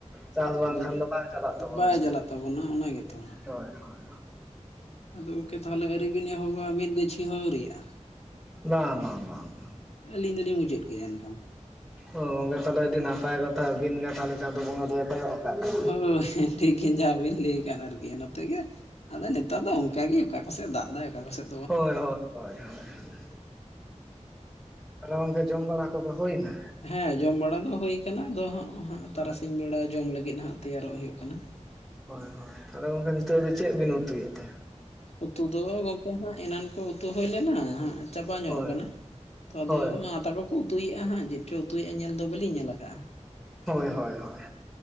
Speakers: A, in the centre; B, on the left.
A: ᱪᱟᱥ ᱵᱟᱝᱠᱷᱟᱱ
B: ᱟᱫᱚ
A: ᱫᱚ ᱵᱟᱝ ᱪᱟᱞᱟᱜ
B: ᱵᱟᱭ
A: ᱛᱟᱵᱚᱱᱟ ᱥᱮ,
B: ᱪᱟᱞᱟᱜ ᱛᱟᱵᱚᱱᱟ ᱚᱱᱟ ᱜᱮᱛᱚ ᱦᱟᱸᱜ᱾
A: ᱦᱳᱭ ᱦᱳᱭ᱾
B: ᱟᱫᱚ ᱜᱚᱝᱠᱮ ᱛᱟᱦᱚᱞᱮ ᱟᱹᱣᱨᱤ ᱵᱤᱱ ᱮᱦᱚᱵᱟ ᱢᱤᱫ ᱜᱟᱹᱪᱷᱤ ᱦᱚᱸ ᱟᱹᱣᱨᱤᱭᱟᱜ-ᱟ?
A: ᱵᱟᱝ ᱵᱟᱝ ᱵᱟᱝ ᱵᱟᱝ᱾
B: ᱟᱹᱞᱤᱧ ᱫᱩᱞᱤᱧ ᱢᱩᱪᱟᱹᱫ ᱠᱮᱜ-ᱟ ᱮᱱᱠᱷᱟᱱ᱾
A: ᱟ ᱜᱚᱝᱜᱮ, ᱛᱟᱦᱚᱞᱮ ᱟᱹᱰᱤ ᱱᱟᱯᱟᱭ ᱠᱟᱛᱷᱟ, ᱟᱹᱵᱤᱱ ᱜᱮ ᱛᱟᱦᱚᱞᱮ ᱪᱟᱸᱫᱳ ᱵᱚᱸᱜᱟ ᱫᱚᱭ ᱠᱚᱭᱚᱜ ᱟᱠᱟᱜ ᱵᱤᱱ᱾
B: ᱦᱳᱭ ᱴᱷᱤᱠ ᱜᱮ ᱡᱟᱦᱟ ᱵᱤᱱ ᱞᱟᱹᱭ ᱟᱠᱟᱫ ᱟᱨᱠᱤ ᱱᱚᱛᱮ ᱜᱮ ᱟᱫᱚ ᱱᱮᱛᱟᱨ ᱫᱚ ᱚᱱᱴᱝᱠᱟᱜ ᱜᱮ ᱚᱠᱟ ᱠᱚ ᱥᱮᱫ ᱫᱟᱜ ᱮᱫᱟᱭ ᱚᱠᱟ ᱠᱚ ᱥᱮᱫ,
A: ᱦᱳᱭ ᱦᱳᱭ ᱦᱳᱭ ᱦᱳᱭ ᱦᱳᱭ, ᱛᱟᱦᱚᱞᱮ ᱜᱚᱝᱠᱮ ᱡᱚᱢ ᱵᱟᱲᱟ ᱠᱚᱫᱚ ᱦᱩᱭᱮᱱᱟ?
B: ᱦᱮᱸ ᱡᱚᱢ ᱵᱟᱲᱟ ᱫᱚ ᱦᱩᱭ ᱠᱟᱱᱟ, ᱟᱫᱚ ᱦᱟᱸᱜ ᱦᱟᱸᱜ ᱛᱟᱨᱟᱥᱤᱧ
A: ᱦᱳᱭ
B: ᱵᱮᱲᱟ ᱡᱚᱢ ᱞᱟᱹᱜᱤᱫ ᱦᱟᱸᱜ ᱛᱮᱭᱟᱨᱚᱜ ᱦᱩᱭᱩᱜ‌ ᱠᱟᱱᱟ᱾
A: ᱦᱳᱭ ᱦᱳᱭ, ᱛᱟᱦᱚᱞᱮ ᱜᱚᱝᱠᱮ ᱱᱤᱛᱚᱜ ᱫᱚ ᱪᱮᱫ ᱵᱤᱱ ᱩᱛᱩᱭ ᱮᱫ ᱛᱮ?
B: ᱩᱛᱩ ᱫᱚ ᱜᱚᱝᱠᱮ ᱦᱟᱸᱜ ᱮᱱᱟᱱ ᱠᱚ ᱩᱛᱩ ᱦᱩᱭ ᱞᱮᱱᱟ ᱦᱟᱸᱜ ᱪᱟᱵᱟ ᱧᱚᱜ
A: ᱦᱳᱭ
B: ᱟᱠᱟᱱᱟ, ᱛᱚ ᱟᱫᱚ
A: ᱦᱳᱭ
B: ᱢᱟ ᱛᱟᱠᱚ ᱠᱚ ᱩᱛᱩᱭᱮᱫ-ᱟ ᱦᱟᱸᱜ ᱪᱮᱫ ᱪᱚ ᱩᱛᱩᱭᱮᱫ-ᱟ ᱧᱮᱞ ᱫᱚ ᱵᱟᱹᱞᱤᱧ ᱧᱮᱞ ᱟᱠᱟᱫ-ᱟ᱾
A: ᱦᱳᱭ ᱦᱳᱭ ᱦᱳᱭ,